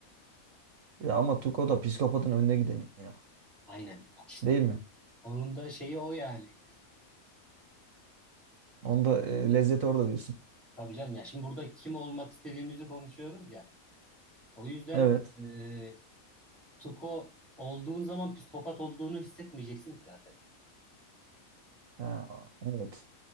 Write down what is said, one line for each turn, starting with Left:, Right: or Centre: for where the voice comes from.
Right: Ya ama Tuko da psikopatın önüne gideni ya.
Centre: Aynen işte.
Right: Değil mi?
Centre: Onun da şeyi o yani.
Right: Onda e, lezzeti orada diyorsun.
Centre: Tabii canım ya şimdi burada kim olmak istediğimizi konuşuyoruz ya. O yüzden
Right: Evet.
Centre: e, Tuko olduğun zaman psikopat olduğunu hissetmeyeceksin ki zaten.
Right: Ha, evet.